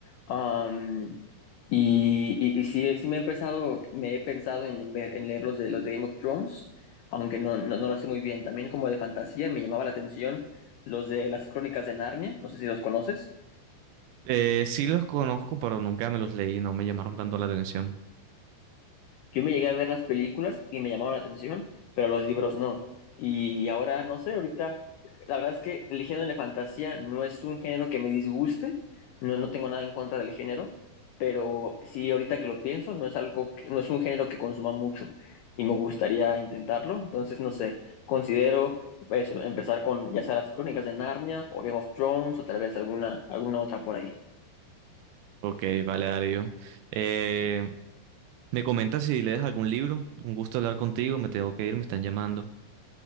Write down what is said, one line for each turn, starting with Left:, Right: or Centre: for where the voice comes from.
Left: am, y, y, y sí, sí me he empezado, me he pensado en, en ver- en leer los de, los de Game of Thrones, aunque no, no, no lo sé muy bien. También como de fantasía me llamaba la atención los de las Crónicas de Narnia, no sé si los conoces.
Right: Eh, sí los conozco, pero nunca me los leí, no me llamaron tanto la atención.
Left: Yo me llegué a ver las películas y me llamaron la atención, pero los libros no. Y ahora, no sé, ahorita, la verdad es que el género de fantasía no es un género que me disguste, no, no tengo nada en contra del género, pero sí, ahorita que lo pienso, no es algo, que- no es un género que consuma mucho y me gustaría intentarlo, entonces, no sé, considero eso, empezar con ya sea las crónicas de Narnia o Game of Thrones o tal vez alguna, alguna otra por ahí.
Right: Ok, vale, Darío. Eh, me comentas si lees algún libro, un gusto hablar contigo, me tengo que ir, me están llamando.